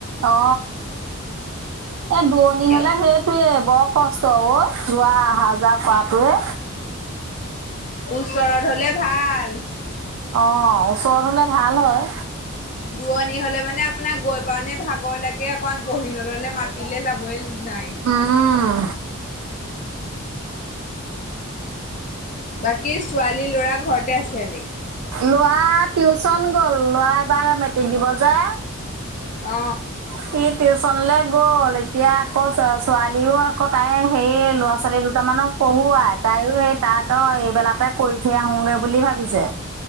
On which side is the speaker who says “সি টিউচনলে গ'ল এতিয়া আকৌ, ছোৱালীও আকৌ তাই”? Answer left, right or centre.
Right